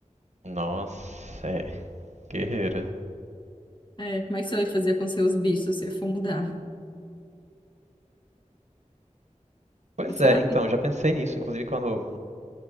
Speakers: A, on the right; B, on the left.
A: Nossa, é. Guerreira.
B: É, como é que você vai fazer com seus bichos se você for mudar?
A: Pois
B: Você sabe?
A: é, então, já pensei nisso, inclusive quando,